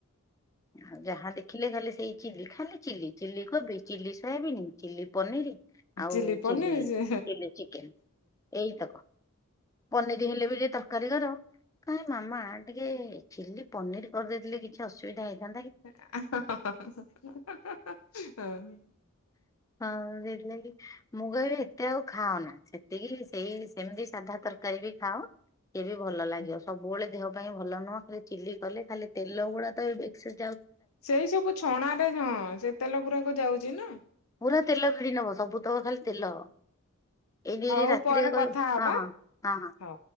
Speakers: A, on the left; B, on the left.
A: ଆଉ ଯାହା ଦେଖିଲେ ଖାଲି ସେଇ ଚିଲ୍ଲି ଖାଲି ଚିଲ୍ଲି ଚିଲ୍ଲି କୋବି ଚିଲ୍ଲି ସୋୟାବିିନି ଚିଲ୍ଲି ପନିରି। ଆଉ
B: ଚିଲି ପନିର
A: ଚିଲ୍ଲି
B: ସେ
A: ଚିଲ୍ଲିଚିକେନ୍ ଏଇତକ। ପନିରି ହେଲେ ବୋଲି ତ କାରି କରିବ କାଇଁ ମାମା ଟିକେ ଚିଲ୍ଲି ପନିର୍ କରିଦେଇଥିଲେ କିଛି ଅସୁବିଧା ହେଇଥା
B: <unintelligible> ହଁ।
A: ହଁ ସେଇଥି ଲାଗି। ମୁଁ କହିବି ଏତେ ଆଉ ଖାଅନା ସେତିକି ସେଇ ସେମତି ସାଧା ତରକାରୀ ବି ଖାଅ। ଇଏ ବି ଭଲ ଲାଗିବ
B: ହଁ।
A: ସବୁବେଳେ ଦେହ ପାଇଁ ଭଲ ନୁହଁ ଖାଲି ଚିଲ୍ଲି କଲେ ଖାଲି ତେଲ ଗୁଡା ତ ଏବେ ଏକସେ
B: ସେଇ ସବୁ ଛଣାରେ ହଁ ସେ ତେଲ ଗୁରାକ ଯାଉଚି ନାଁ।
A: ପୁରା ତେଲ ଭିଡି ନବ ସବୁ ତକ ଖାଲି ତେଲ। ଏଇଖିରି
B: ହଉ
A: ରାତିରେ
B: ପରେ
A: କହି
B: କଥା ହବା
A: ହଁ ହଁ ହଁ ହଁ।
B: ହଉ।